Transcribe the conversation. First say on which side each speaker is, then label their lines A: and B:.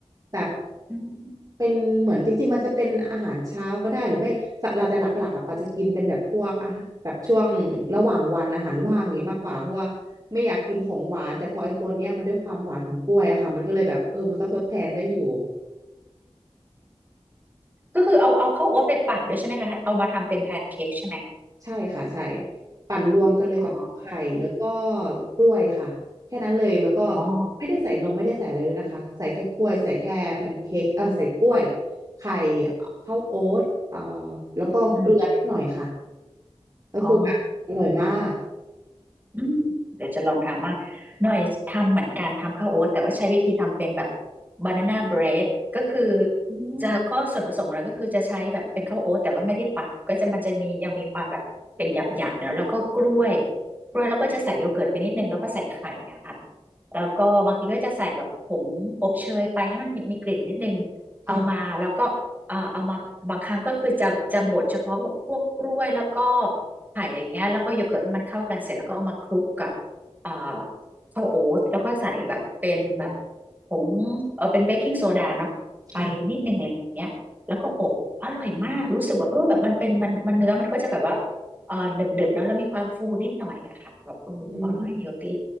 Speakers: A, on the right; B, on the right.
A: แบบ
B: อืม
A: เป็นเหมือนจริงๆมันจะเป็นอาหารเช้าก็ได้หรือไม่สักแต่หลักๆอ่ะปาจะกินเป็นแบบพวกอ่ะแบบช่วงระหว่างวันอาหารว่างอย่างงี้มากกว่าเพราะว่าไม่อยากกินของหวานแต่พอไอ้ตัวเนี้ยมันด้วยความหวานของกล้วยอะค่ะมันก็เลยแบบเออมันก็ทดแทนได้อยู่
B: ก็คือเอาเอาข้าวโอ๊ตไปปั่นด้วยใช่ไหมคะเอามาทำเป็นแพนเค้กใช่ไหม
A: ใช่ค่ะใช่ปั่นรวมกันเลยกับไข่แล้วก็
B: อ๋อ
A: กล้วยค่ะแค่นั้นเลยแล้วก็
B: อ๋อ
A: ไม่ได้ใส่นมไม่ได้ใส่อะไรเลยนะคะใส่แค่กล้วยใส่แค่แพนเค้กเออใส่กล้วยไข่ข้าวโอ๊ตเอ่อแล้วก็เกลือนิดหน่อยค่ะ
B: อืม
A: ก็คือแบบอร่อยมาก
B: อ๋ออืมเดี๋ยวจะลองทำบ้างหน่อยทำเหมือนกันทำข้าวโอ๊ตแต่ว่าใช้วิธีทำเป็นแบบบานาน่าเบรดก็คือ
A: อืม
B: จะก็ส่วนผสมของเราก็คือจะใช้แบบเป็นข้าวโอ๊ตแต่ว่าไม่ได้ปั่นก็จะมันจะมียังมีความแบบเป็นหยาบหยาบอยู่แล้วแล้วก็กล้วยกล้วยแล้วก็จะใส่โยเกิร์ตไปนิดนึงแล้วก็ใส่ไข่อะค่ะแล้วก็บางทีก็จะใส่แบบผงอบเชยไปให้มันมีมีกลิ่นนิดนึงเอามาแล้วก็
A: ค่ะ
B: เอ่อเอามาบางครั้งก็คือจะจะบดเฉพาะพวกกล้วยแล้วก็ไข่อะไรเงี้ยแล้วก็โยเกิร์ตให้มันเข้ากันเสร็จแล้วก็เอามาคลุกกับเอ่อข้าวโอ๊ตแล้วก็ใส่แบบเป็นแบบผงเออเป็นเบกกิ้งโซดาเนาะไปนิดนึงอะไรเงี้ยแล้วก็อบอร่อยมากรู้สึกว่าเออแบบมันเป็นมันมันเนื้อมันก็จะแบบว่า
A: ค่ะ
B: เออหนึบๆเนอะแล้วมีความฟูนิดหน่อยอะค่ะแบบเอออร่อยเฮลตี้
A: อืม